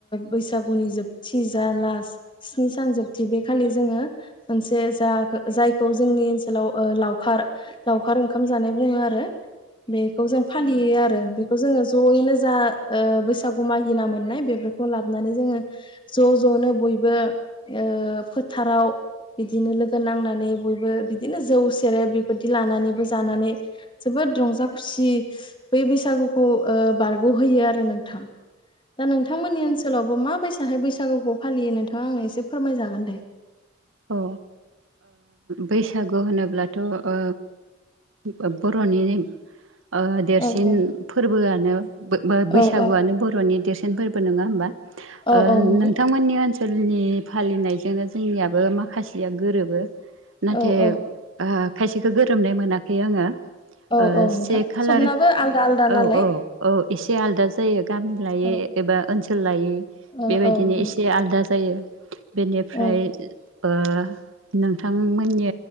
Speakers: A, on the left; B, on the right.
A: बैसागुनि जोबथि जा लास्ट स्नि सान जोबथि बे खालि जोङो मोन नसे जा जायखौ जोंनि ओनसोलाव ओ लावखार लावखार ओंखाम जानाय बुङो आरो । बेखौ जों फालियो आरो बेखौ जोङो जयैनो जा ओ बैसागु मागिना मोननाय बेफोरखौ लाबोनानै जोङो ज' ज'नो बयबो ओ फोथाराव बिदिनो लोगो नांनानै बयबो बिदिनो जौ सेरेब बेफोरदि लानानैबो जानानै जोबोद रंजा खुसि बै बैसागुखौ ओ बारग'होयो आरो नोंथां । दा नोंथांमोननि ओनसोलाव मा बायसाहायै बैसागुखौ फालियो नोंथांआ आंनो एसे फोरमायजागोन दे
B: अ ओ बैसागु होनोब्लाथ' ओ बा बर'नि नेम ओ देरसिन
A: औ औ
B: फोरबोआनो बो‌ बो बैसागुआनो
A: औ औ
B: बर'नि देरसिन फोरबो नंआ‌ होमबा?
A: औ
B: ओ
A: औ नंगौ
B: नोंथांमोननि ओनसोलनि फालिनायजोंनो जोंनिआ बो माखासेया गोरोबो नाथाय
A: औ औ
B: आह खायसेखौ गोरोमनाय मोनाखै आङो
A: औ
B: ओ
A: औ नोंथां
B: से खालार
A: सबनाबो आलदा आलदा
B: औ
A: नालाय
B: औ औ एसे आलदा जायो गामि लायै
A: औ
B: एबा ओनसोल सोलायै
A: ओ
B: बेबायदिनो
A: औ नंगौ
B: एसे आलदा जायो बेनिफ्राय
A: औ
B: ओ नोंथांमोननि